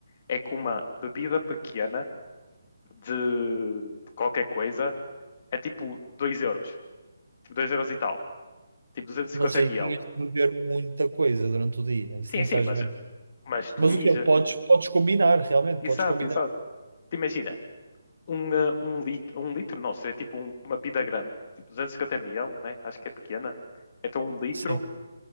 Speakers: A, on the left; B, on the right.
A: é que uma bebida pequena de qualquer coisa é tipo 2 euros. Tipo 2 euros e tal. Tipo 250 ml.
B: Mas aí tinhas de beber muita coisa durante o dia, isso
A: Sim,
B: nem
A: sim,
B: faz
A: mas
B: bem.
A: Mas tu
B: Mas
A: mija.
B: o que é? Podes, podes combinar, realmente,
A: Exato,
B: podes combinar.
A: exato. Te imagina, um, eh, um litro, um litro não, seria tipo um- uma bida grande, tipo 250 ml, né? Acho que é pequena. Então um litro
B: Sim,